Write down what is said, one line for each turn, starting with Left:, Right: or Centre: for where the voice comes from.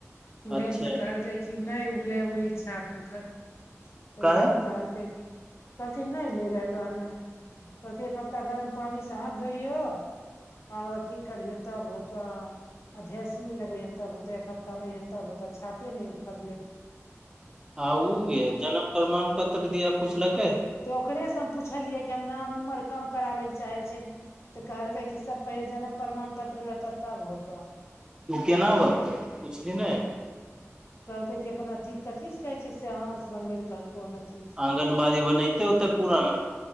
Left: उहे
Right: अच्छा
Left: में तऽ कहलकै कि नहि उगलै उरी इच्छा हुनकर तऽ
Right: काहे
Left: उएह में कहलकै कहलकिन नहि ले रहलो हन कहलक एक हफ्ता गरम पानि से हाथ धोइय आ ठीक करिय तऽ तब होतय आब भेसलीन लगै तऽ हेतै एक हफ्ता मे में हेतो बहुत छापे न फरले
Right: आ ओ गे जन्म प्रमाण पत्र दिया पुछलकै
Left: तऽ ओकरे सँ हम पुछलियै कि हम नाम उमर कम कराबै लए चाहै छी तऽ कहलकै कि सब पहिले जन्म प्रमाण पत्र रहते तब होतो
Right: ओ केना
Left: तब
Right: बनतै
Left: हम कहलियै
Right: पुछलीहि नेय
Left: कहलकै कि अपना अथि कथी से कहै छै से अहाँ से बनबे लऽ कहलको कोन अथि
Right: आँंगनबाड़ी बनेते ओते पुराना